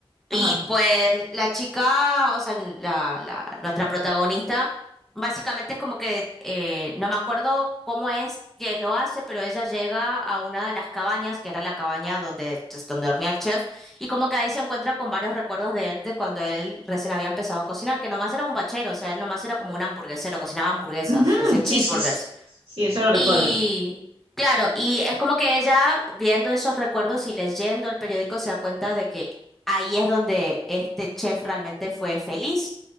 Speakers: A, in the centre; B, on the right (about 75°).
A: Y
B: ajá.
A: pues la chica, o sea, la, la, nuestra protagonista, básicamente es como que, eh, no me acuerdo cómo es que lo hace, pero ella llega a una de las cabañas, que era la cabaña donde, pues, donde dormía el chef, y como que ahí se encuentra con varios recuerdos de él, de cuando él recién había empezado a cocinar, que nomás era un bachero, o sea, él nomás era como un hamburguesero, cocinaba hamburguesas,
B: Ujú,
A: hacía cheeseburgers.
B: Sí, sí, sí, sí, eso lo recuerdo.
A: Y claro, y es como que ella viendo esos recuerdos y leyendo el periódico se da cuenta de que ahí es donde este chef realmente fue feliz.